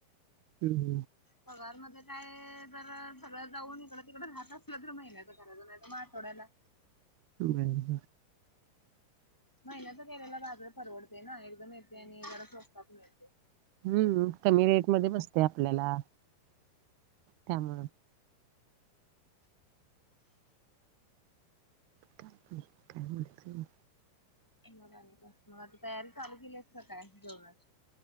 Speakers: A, on the right (about 75°); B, in the centre.
A: हुं हुं.
B: पगारमध्ये काय तर सगळं जाऊन इकडं तिकड राहत असलं तर महिन्याचा करायचा नायतर मग आठवड्याल्या.
A: बरोबर
B: महिन्याचा केल्याला बाजार परवडतेय ना एकदम येते आणि जरा स्वस्तात मिळतय.
A: हुं कमी रेट मध्ये बसतय आपल्याला त्यामुंळ काय माहीती नाही
B: मग आणि काय, म आता तयारी चालू केल्यास काय जेवणाची?